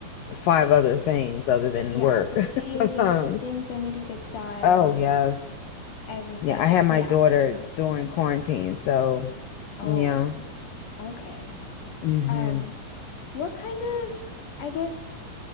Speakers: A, on the left; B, on the left.
A: five other things other than
B: yeah,
A: work
B: the baby,
A: <laughs> sometimes.
B: the things that need to get done,
A: Oh yes,
B: everything.
A: yeah. I had my
B: Yeah.
A: daughter during quarantine, so
B: Oh,
A: yeah,
B: okay.
A: mm-hmm,
B: Um, what kind of, I guess,